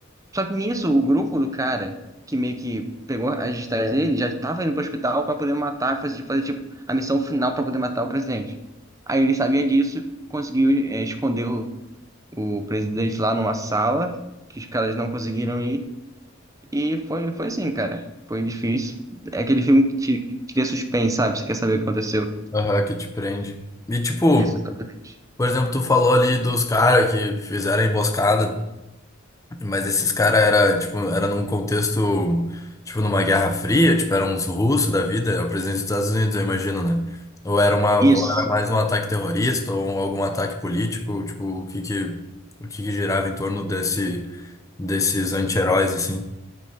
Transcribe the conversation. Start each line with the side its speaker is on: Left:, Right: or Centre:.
Right: Só que nisso, o grupo do cara, que meio que pegou as digitais dele, já tava indo pro hospital pra poder matar, fazer, fazer tipo, a missão final pra poder matar o presidente. Aí ele sabia disso, conseguiu é, esconder o, o presidente lá numa sala, que os caras não conseguiram ir. E foi, foi assim, cara. Foi difícil. É aquele filme que te, te cria suspense, sabe? Você quer saber o que aconteceu.
Left: Aham, que te prende. E tipo,
Right: Isso, exatamente.
Left: por exemplo, tu falou ali dos caras que fizeram a emboscada, mas esses caras era, tipo, era num contexto, tipo, numa Guerra Fria, tipo, eram uns russos da vida, é o presidente dos Estados Unidos, eu imagino, né? Ou era uma,
Right: Isso.
Left: ou era mais um ataque terrorista, ou algum ataque político, tipo, o que que, o que que girava em torno desse, desses anti-heróis, assim?